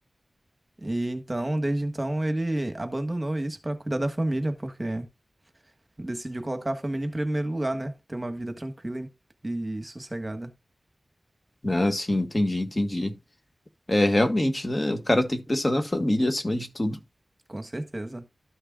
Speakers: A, on the right; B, on the left.
A: E então, desde então, ele abandonou isso para cuidar da família, porque decidiu colocar a família em primeiro lugar, né? Ter uma vida tranquila e, e sossegada.
B: Ah, sim, entendi, entendi. É, realmente, né? O cara tem que pensar na família acima de tudo.
A: Com certeza.